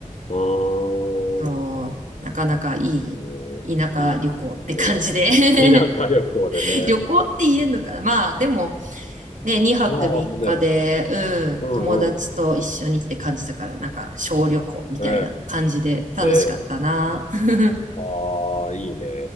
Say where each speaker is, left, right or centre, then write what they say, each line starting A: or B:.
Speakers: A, on the left; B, on the right.
A: ーん。
B: そうなかなかいい田舎旅行って感じで
A: えー、いい。ねいい。
B: <laughs>
A: 田舎旅行でね。
B: 旅行って言えるのかなまあ、でもね、2泊3日で、
A: いやーもうね。すうんうん。
B: うん、友達と一緒にって感じだから、なんか小旅行みたいな感じで楽しかったな。
A: ねえ。で、
B: <laughs>
A: ああ、いいね。